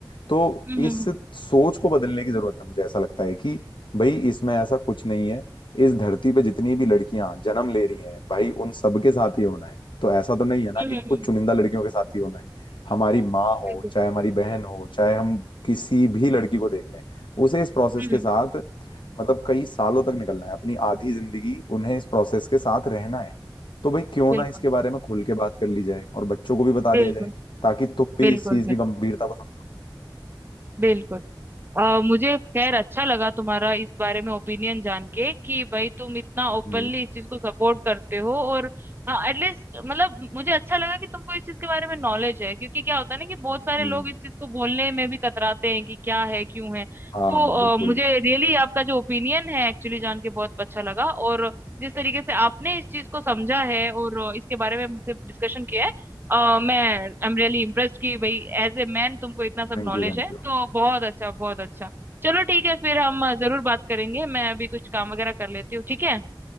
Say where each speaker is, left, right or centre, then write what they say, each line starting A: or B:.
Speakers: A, on the left; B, on the right.
A: तो
B: हम्म हम्म
A: इस सोच को बदलने की जरूरत है मुझे ऐसा लगता है कि भाई इसमें ऐसा कुछ नहीं है इस धरती पे जितनी भी लड़कियां जन्म ले रही हैं भाई उन सबके साथ ही होना है तो ऐसा तो नहीं है ना
B: हम्म
A: कि
B: हम्म,
A: कुछ
B: हम्म,
A: चुनिंदा लड़कियों के साथ ही होना है हमारी माँ हो
B: बिल्कुल
A: चाहे हमारी बहन हो चाहे हम किसी भी लड़की को देख लें उसे इस प्रोसेस
B: हम्म
A: के
B: हम्म,
A: साथ मतलब कई सालों तक निकलना है अपनी आधी जिंदगी उन्हें इस प्रोसेस के साथ रहना है तो भाई क्यों
B: बिल्कुल
A: ना इसके बारे में खुल के बात कर ली जाए और बच्चों को भी बता
B: बिल्कुल
A: दिया जाए ताकि तुम भी
B: बिल्कुल
A: इस चीज की गंभीरता को समझो
B: बिल्कुल अ, मुझे खैर अच्छा लगा तुम्हारा इस बारे में ओपिनियन जान के कि भाई तुम इतना ओपनली
A: हम्म
B: इस चीज को सपोर्ट करते हो और एटलीस्ट मतलब मुझे अच्छा लगा कि तुमको इस चीज के बारे में नॉलेज है क्योंकि क्या होता है ना कि बहुत सारे
A: हम्म
B: लोग इस चीज को बोलने में भी कतराते हैं कि क्या है क्यों है तो
A: हाँ बिल्कुल
B: अ, मुझे रियली आपका जो ओपिनियन है एक्चुअली जान के बहुत अच्छा लगा और जिस तरीके से आपने इस चीज को समझा है और इसके बारे में मुझसे डिस्कशन किया है अ, मैं आई एम रियली इम्प्रेस्ड कि भाई एज ए मैन तुमको इतना सब
A: Thank
B: नॉलेज
A: you thank
B: है
A: you
B: तो बहुत अच्छा बहुत अच्छा चलो ठीक है फिर हम अ, जरूर बात करेंगे मैं अभी कुछ काम वगैरह कर लेती हूँ ठीक है